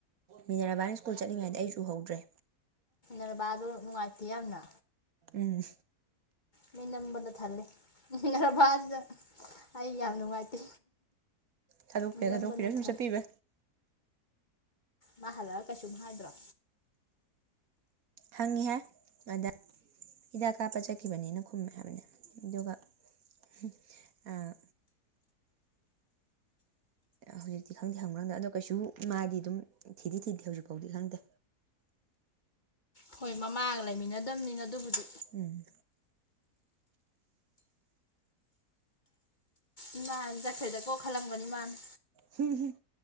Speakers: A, on the right; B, on the left.
A: ꯃꯤꯗꯔꯥꯕꯥꯏꯟ ꯁ꯭ꯀꯨꯜ ꯆꯠꯂꯤꯉꯩꯗ ꯑꯩꯁꯨ ꯍꯧꯗ꯭ꯔꯦ
B: ꯑꯣꯕ ꯑꯗꯨ ꯅꯨꯡꯉꯥꯏꯇꯦ ꯌꯥꯝꯅ
A: ꯎꯝ
B: ꯃꯤ ꯅꯝꯕꯅ ꯊꯜꯂꯦ ꯃꯤꯅꯔꯐꯁꯤꯗ ꯑꯩ ꯌꯥꯝ ꯅꯨꯡꯉꯥꯏꯇꯦ
A: ꯊꯥꯗꯣꯛꯄꯤꯔꯥ
B: ꯃꯤ ꯅꯝꯕꯅ
A: ꯊꯥꯗꯣꯛꯄꯤꯔꯥ ꯁꯨꯝ
B: ꯊꯜꯂꯤ
A: ꯆꯠꯄꯤꯕ
B: ꯃꯥ ꯍꯜꯂꯛꯑ ꯀꯩꯁꯨꯨꯝ ꯍꯥꯏꯗ꯭ꯔꯣ
A: ꯍꯪꯉꯤꯍꯦ ꯑꯗ ꯍꯤꯗꯥꯛ ꯀꯥꯞꯄ ꯆꯠꯈꯤꯕꯅꯤꯅ ꯈꯨꯝꯃꯦ ꯍꯥꯏꯕꯅꯦ ꯑꯗꯨꯒ ꯍꯨꯝ ꯑꯥ ꯍꯧꯖꯤꯛꯇꯤ ꯈꯪꯗꯦ ꯍꯪꯕ꯭ꯔꯥ ꯍꯪꯗ ꯑꯗꯣ ꯀꯩꯁꯨ ꯃꯥꯗꯤ ꯑꯗꯨꯝ ꯊꯤꯗꯤ ꯊꯤꯗꯦ ꯍꯧꯖꯤꯛ ꯐꯥꯎꯗꯤ ꯈꯪꯗꯦ
B: ꯍꯣꯏ ꯃꯃꯥꯒ ꯂꯩꯃꯤꯟꯅꯗꯝꯅꯤꯅ ꯑꯗꯨꯕꯨꯗꯤ
A: ꯎꯝ
B: ꯏꯃꯥꯖꯦ ꯆꯠꯈ꯭ꯔꯦꯗꯀꯣ ꯈꯜꯂꯝꯒꯅꯤ ꯃꯥꯅ
A: ꯍꯨꯝ ꯍꯨꯝ